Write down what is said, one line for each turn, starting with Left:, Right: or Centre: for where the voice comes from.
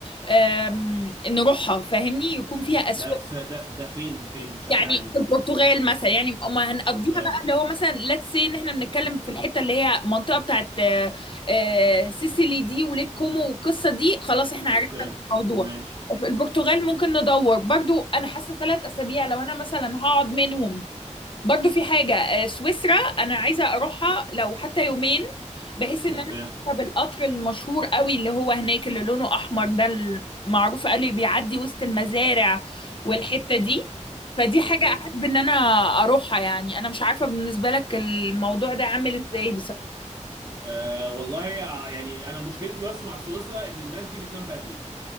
Left: آم، نروحها فاهمني يكون فيها اسواق
Right: ده في ده ده فين فين بشكل
Left: يعني
Right: عام
Left: في البرتغال مثلا يعني ما هنقضيها
Right: اوكي
Left: بقى اللي هو مثلا ليتس سي ان احنا بنتكلم في الحته اللي هي المنطقه بتاعت آه، آه، سيسيلي دي وليك كومو والقصه دي خلاص احنا عرفنا
Right: اوكي
Left: الموضوع
Right: ماشي
Left: في البرتغال ممكن ندور برضو انا حاسه ثلاث اسابيع لو انا مثلا هقعد منهم برضو في حاجة آه، سويسرا أنا عايزة أروحها لو حتى يومين بحيث إن
Right: اوكي
Left: أنا أركب القطر المشهور قوي اللي هو هناك اللي لونه أحمر ده المعروف قوي بيعدي وسط المزارع والحتة دي فدي حاجة
Right: اوكي
Left: أحب إن أنا أروحها يعني أنا مش عارفة بالنسبة لك الموضوع ده عامل إزاي
Right: أه والله آه، يعني انا مشكلتي بس مع سويسرا ان الناس دي بتنام بدري